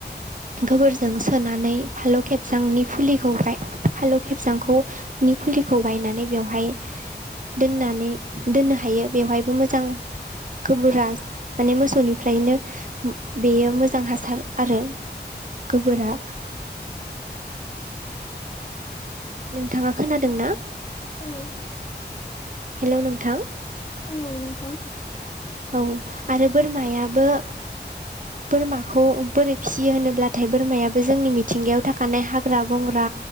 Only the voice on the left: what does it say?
औ
औ नोंथां।